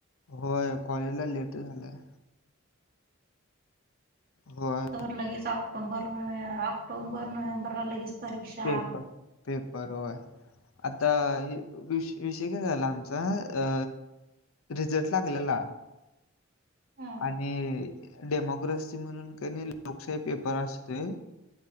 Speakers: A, on the left; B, on the right.
A: होय कॉलेजला लेट झालंय. होय
B: तर लगेच ऑक्टोबर ऑक्टोबर नो्हे. बर लगीच परीक्षा
A: पेपर पेपर आता य झालं आमचा अ रिझल्ट लागलेला.
B: ह
A: आणि डेमोक्रोसी म्हणून का नाही लोकशाही पेपर असतोय.